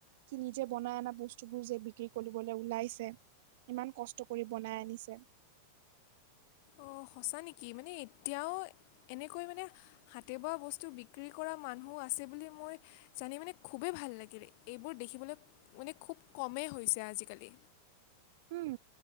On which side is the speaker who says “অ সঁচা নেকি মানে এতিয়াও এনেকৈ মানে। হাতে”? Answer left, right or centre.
Left